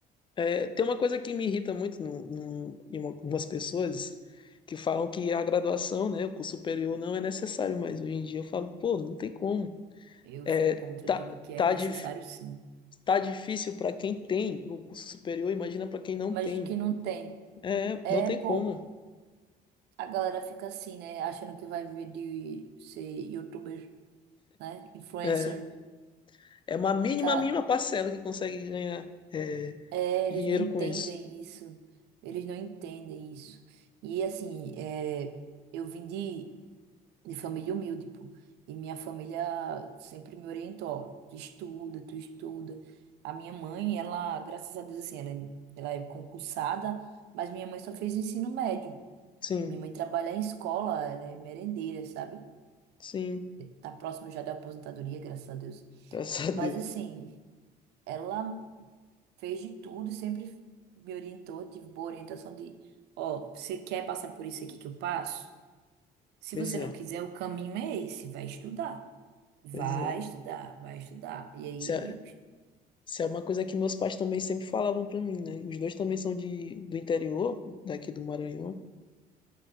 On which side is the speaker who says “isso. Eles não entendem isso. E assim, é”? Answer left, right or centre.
Right